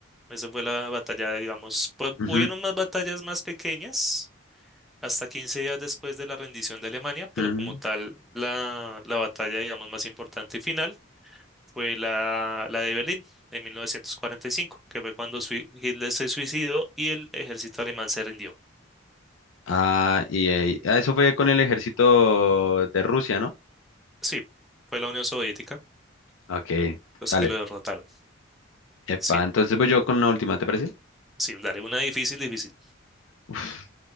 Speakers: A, in the centre; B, on the left.
A: esa fue la batalla, digamos, pues
B: Ujú,
A: hubieron más batallas más pequeñas hasta 15 días después de la rendición de Alemania, pero
B: ujú.
A: como tal, la, la batalla, digamos, más importante y final fue la, la de Berlín en 1945, que fue cuando sui- Hitler se suicidó y el ejército alemán se rindió.
B: Ah, y ahí- ah, eso fue con el ejército de Rusia, ¿no?
A: Sí, fue la Unión Soviética
B: Ok,
A: los
B: dale.
A: que lo derrotaron.
B: Epa,
A: Sí,
B: entonces voy yo con la última, ¿te parece?
A: sí, dale, una difícil, difícil.
B: Uf,